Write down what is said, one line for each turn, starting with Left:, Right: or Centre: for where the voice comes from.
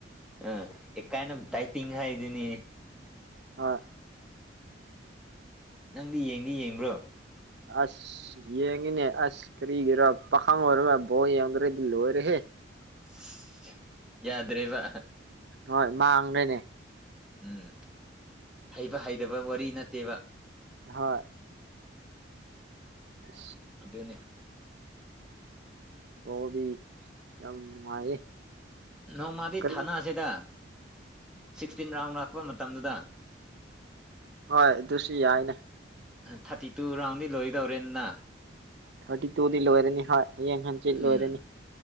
Centre: ꯑ ꯑꯦ ꯀꯥꯏꯟ ꯑꯣꯐ ꯇꯥꯏꯇꯤꯡ ꯍꯥꯏꯗꯅꯤꯅꯦ
Right: ꯑ
Centre: ꯅꯪꯗꯤ ꯌꯦꯡꯗꯤ ꯌꯦꯡꯕ꯭ꯔꯣ
Right: ꯑꯁ ꯌꯦꯡꯉꯤꯅꯦ ꯑꯁ ꯀꯔꯤꯒꯤꯔꯣ ꯄꯥꯈꯪ ꯑꯣꯏꯔꯒ ꯕꯣ ꯌꯦꯡꯈ꯭ꯔꯗꯤ ꯂꯣꯏꯔꯦꯍꯦ
Centre: ꯑꯁ ꯌꯥꯗ꯭ꯔꯦꯕ
Right: ꯍꯣꯏ ꯃꯥꯡꯒ꯭ꯔꯦꯅꯦ
Centre: ꯎꯝ ꯍꯩꯕ ꯍꯩꯇꯕ ꯋꯥꯔꯤ ꯅꯠꯇꯦꯕ
Right: ꯍꯣꯏ ꯑ
Centre: ꯑꯗꯨꯅꯤ
Right: ꯑꯣꯗꯤ ꯌꯥꯝ ꯅꯨꯡꯉꯥꯏꯌꯦ
Centre: ꯅ -ꯅꯣꯡꯃꯗꯤ
Right: ꯀꯔꯤ
Centre: ꯊꯥꯅꯁꯦꯗ ꯁꯤꯛꯁꯇꯤꯟ ꯔꯥꯎꯟ ꯂꯥꯛꯄ ꯃꯇꯝꯗꯨꯗ
Right: ꯍꯣꯏ ꯑꯗꯨꯁꯨ ꯌꯥꯏꯅꯦ
Centre: ꯊꯥꯔꯇꯤ ꯇꯨ ꯔꯥꯎꯟꯗꯤ ꯂꯣꯏꯗꯧꯔꯦꯅꯅ
Right: ꯊꯥꯔꯇꯤ ꯇꯨꯗꯤ ꯂꯣꯏꯔꯅꯤ ꯍꯣꯏ ꯍꯌꯦꯡ ꯍꯪꯆꯤꯠ
Centre: ꯎꯝ
Right: ꯂꯣꯏꯔꯅꯤ